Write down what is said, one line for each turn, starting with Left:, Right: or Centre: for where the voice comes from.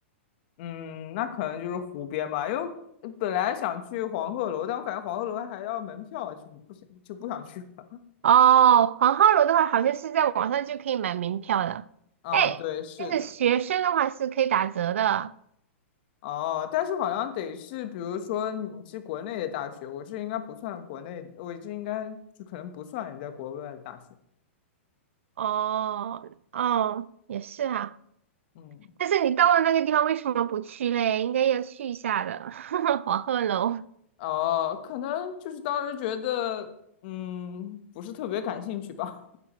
Left: 嗯，那可能就是湖边吧，因为呃本来想去黄鹤楼，但我感觉黄鹤楼还要门票，就不想就不想去了。
Right: 哦，黄鹤楼的话，好像是在网上就可以买门票的。
Left: <laughs> 嗯，
Right: 哎，
Left: 对，是的。
Right: 就是学生的话是可以打折的。
Left: 哦，但是好像得是，比如说你是国内的大学，我这应该不算国内，我这应该就可能不算你在国外的大学。
Right: 哦哦，也是哈
Left: 嗯。
Right: 但是你到了那个地方，为什么不去嘞？应该要去一下的，<laughs> 黄鹤楼，
Left: 哦，可能就是当时觉得，嗯，不是特别感兴趣吧。